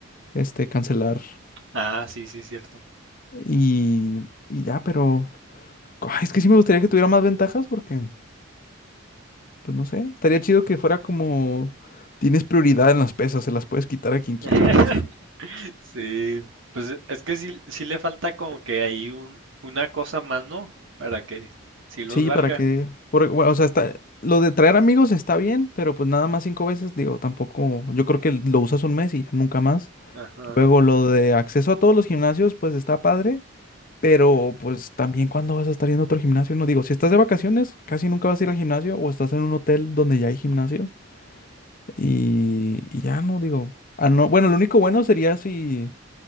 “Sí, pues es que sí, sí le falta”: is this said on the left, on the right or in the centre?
Right